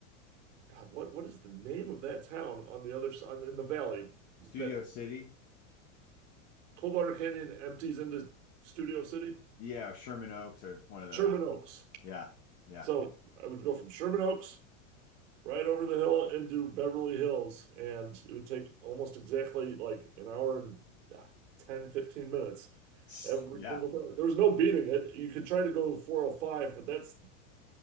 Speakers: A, on the right; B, on the left.
A: God, what what is the name of that town on the other side in the valley?
B: Studio
A: That
B: City.
A: Cold Canyon empties into Studio City,
B: Yeah, or Sherman Oaks or one of those.
A: Sherman Oaks.
B: Yeah. Yeah.
A: So I would go from Sherman Oaks right over the hill into Beverly Hills, and it would take almost exactly like an hour and ah, 10 15 minutes
B: <sniffs>
A: every
B: Yeah.
A: single time. There was no beating it. You could try to go 405, but that's